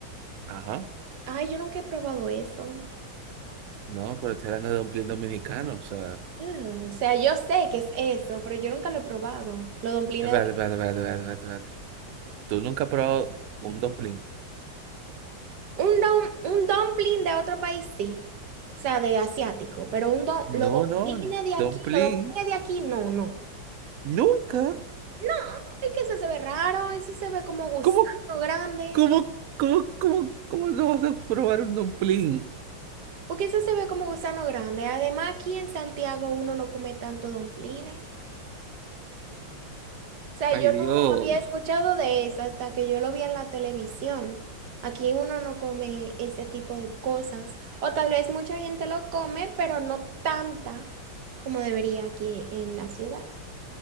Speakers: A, on the right; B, on the right.
A: Ajá.
B: Ay, yo nunca he probado eso.
A: No, pero estoy hablando de dumpling dominicano, o sea...
B: Ah, o sea, yo sé que es eso, pero yo nunca lo he probado. Los dumplings
A: Espérate,
B: de
A: espérate, espérate, espérate, espérate. espérate. ¿Tú nunca has probado un dumpling?
B: Un, dum- un dumpling de otro país, sí. O sea, de asiático. Pero un dum- los
A: No,
B: dumplings
A: no,
B: de aquí,
A: dumpling.
B: los dumplings de aquí, no, no.
A: Nunca.
B: No, es que ese se ve raro, ese se ve como gusano
A: ¿Cómo,
B: grande.
A: cómo, cómo, cómo, cómo no vas a probar un dumpling?
B: Porque ese se ve como gusano grande. Además, aquí en Santiago uno no come tanto dumplings. O sea,
A: Ay,
B: yo no
A: Dios.
B: había escuchado de eso hasta que yo lo vi en la televisión. Aquí uno no come ese tipo de cosas. O tal vez mucha gente lo come, pero no tanta como debería aquí en la ciudad.